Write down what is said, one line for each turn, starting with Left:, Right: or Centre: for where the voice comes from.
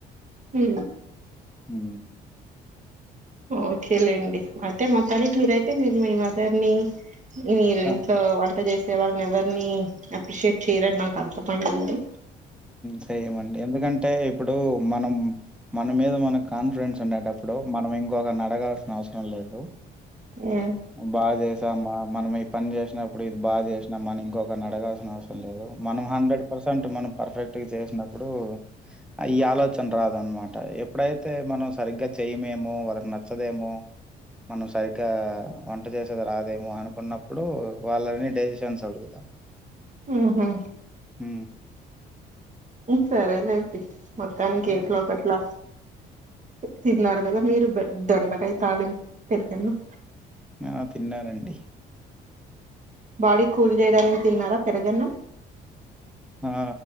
Right: హ్
Centre: హ్
Right: ఓకేలేండి అయితే మొత్తానికి మీరయితే మీరు మీ మదర్ ని మీరు
Centre: ఆ!
Right: ఇంట్లో వంట చేసేవాళ్ని ఎవరిని అప్రిషియేట్ చేయరని నాకు అర్థమయిందండి.
Centre: సేయమండి ఎందుకంటే ఇప్పుడు మనం మన మీద మనకు కాన్ఫిడెన్స్ ఉండేటప్పుడు మనం ఇంకొకల్ని అడగాల్సిన అవసరం లేదు.
Right: ఏ
Centre: బాగా చేసామా, మనం ఈ పని చేశినప్పుడు ఇది బాగా చేశినమని ఇంకొకరిని అడగాల్సిన అవసరం లేదు, మనం హండ్రెడ్ పర్సెంట్ మనం పర్ఫెక్ట్ గా చేశినప్పుడు ఆ ఈ ఆలోచన రాదన్మాట. ఎప్పుడైతే మనం సరిగ్గా చేయమేమో, వాళ్ళకి నచ్చదేమో మనం సరిగ్గా వంట చేసేది రాదేమో అనుకున్నప్పుడు వాళ్ళని డిజిషన్స్ అడుగుతాం
Right: ఉ హు
Centre: ఉ
Right: సరేలేంటి మొత్తానికి
Centre: అవును.
Right: ఏంట్లో ఒకట్లా తిన్నారు కదా మీరు దొండకాయ తాళింపు పెరుగు అన్నం
Centre: ఆ తిన్నానండి
Right: బాడీ కూల్ చేయడానికి తిన్నారా పెరుగన్న
Centre: ఆ